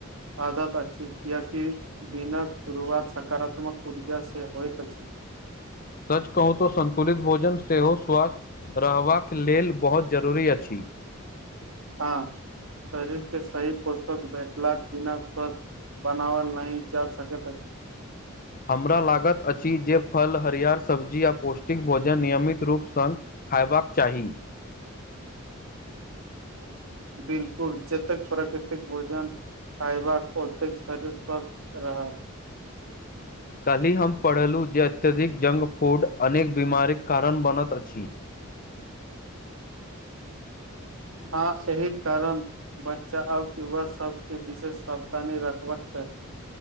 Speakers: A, on the right; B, on the left.
A: आदत अच्छी किय क दिनक शुरुआत सकारात्मक ऊर्जा से होइत अछि
B: सच कहू तऽ संन्तुलित भोजन सेहो स्वस्थ रहबाक लेल बहुत जरूरी अछि
A: हँ शरीर के सही पोषक बैठला बिना स्वस्थ्य बनावल नहि जा सकै अछि
B: हमरा लागत अछि जे फल हरियर सब्जी आ पौष्टिक भोजन नियमित रूपस खयबाक चाहि
A: बिलकुल जतेक प्राकृतिक भोजन खायबाक ओतेक शरीर स्वस्थ रहल
B: काल्हि हम पढ़ेलहुँ जे अत्यधिक जंक फूड अनेक बीमारीक कारण बनैत अछि
A: हँ एहि कारण बच्चा आओर युवा सबके विशेष सावधानी रखबाक चाही